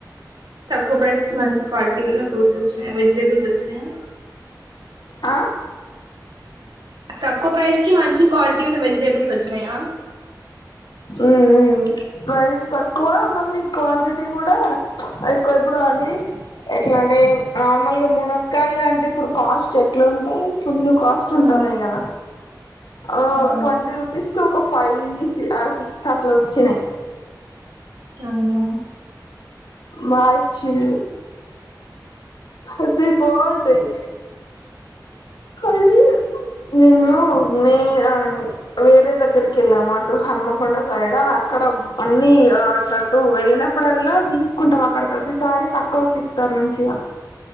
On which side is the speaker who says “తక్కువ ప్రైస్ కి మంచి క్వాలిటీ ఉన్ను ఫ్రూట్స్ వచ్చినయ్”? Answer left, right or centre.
Right